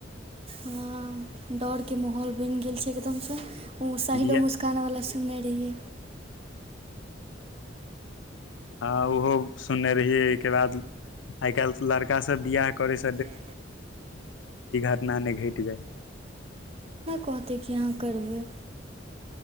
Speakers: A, on the right; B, on the left.
A: ह डरके माहौल बैन गेल छै एकदमसँ ओ स साहिलो
B: बियाह
A: मुस्काना वाला सुन नै रहियै
B: हँ उहो सुनने रहियै एकरा आइ काल्हि लड़का सभ बियाह करै स
A: तऽ केना
B: घटना नहि घटि जाय
A: कहतै कि अहाँ करबै